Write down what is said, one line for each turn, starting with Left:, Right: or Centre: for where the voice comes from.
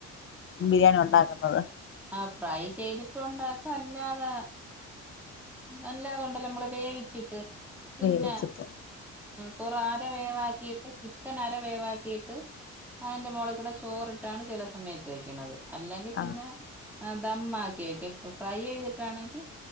Left: ബിരിയാണി ഉണ്ടാക്കുന്നത്
Centre: ആ ഫ്രൈ ചെയ്തിട്ടുണ്ടാക്കും അല്ലാതെ അല്ലാത ഉണ്ടല്ല നമ്മള് വേവിച്ചിട്ട് പിന്നെ
Left: വേവിച്ചിട്ട്
Centre: കൊറ ആര വേവാക്കിട്ട് ചിക്കൻ അര വേവാക്കിയിട്ട് അതിന്റെ മോളെ കൂടെ ചോറിട്ടാണ് ചില സമയത്ത് തെയ്ക്കണത് അല്ലെങ്കിൽ
Left: ആഹ്
Centre: പിന്നെ ആ ദമാക്കി വക്കെ ഇപ്പ ഫ്രൈ ചെയ്തിട്ടാണെങ്കിൽ